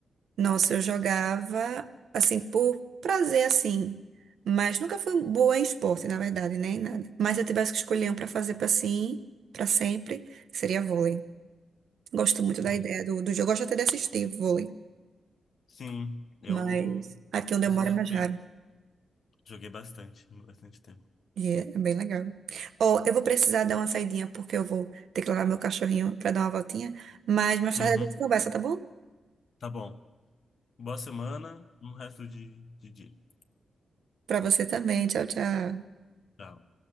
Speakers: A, on the right; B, on the left.
A: Nossa, eu jogava assim por prazer assim, mas nunca fui boa em esporte, na verdade, nem nada. Mas se eu tivesse que escolher um para fazer para sim, para sempre, seria vôlei. Gosto muito
B: Não.
A: da ideia do, do jogo, gosto até de assistir vôlei,
B: Sim, eu,
A: mas aqui onde
B: eu
A: eu
B: sou
A: moro
B: suspeito.
A: é mais raro.
B: Joguei bastante, bastante tempo.
A: E é é bem legal. Ó, eu vou precisar dar uma saidinha porque eu vou ter que levar meu cachorrinho para dar uma voltinha, mas mais
B: Uhum.
A: tarde a gente conversa, tá bom?
B: Tá bom. Boa semana, um resto de, de dia.
A: Para você também. Tchau, tchau.
B: Tchau.